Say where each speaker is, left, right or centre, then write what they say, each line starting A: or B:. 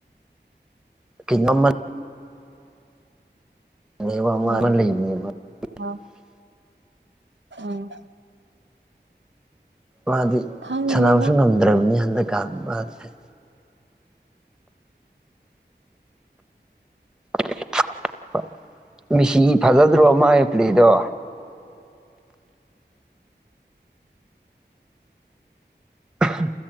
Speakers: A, in the centre; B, on the right.
A: ꯀꯩꯅꯣꯝꯅꯤ <unintelligible>
B: ꯎꯝ ꯑ ꯎꯝ
A: ꯃꯥꯗꯤ
B: ꯈꯪꯗ꯭ꯔꯦꯗ
A: ꯁꯥꯟꯅꯕꯁꯨ ꯉꯝꯗ꯭ꯔꯕꯅꯤ ꯍꯟꯗꯛꯀꯥꯟ ꯃꯥꯗꯤ ꯍꯥꯏ <inaudible> ꯃꯤꯁꯤ ꯐꯖꯗ꯭ꯔꯣ ꯃꯥ ꯄ꯭ꯂꯗꯣ ꯑꯍ